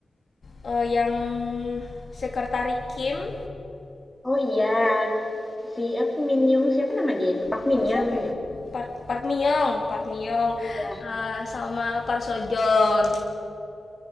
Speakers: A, on the left; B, in the centre.
A: Eh, yang Sekretari Kim
B: Oh iya, si apa Min Young siapa nama dia itu? Park
A: Apa
B: Min Young
A: siapa ini?
B: ya?
A: Park Park Miyong, Park Miyong,
B: Iya,
A: eh, sama Park Sojon.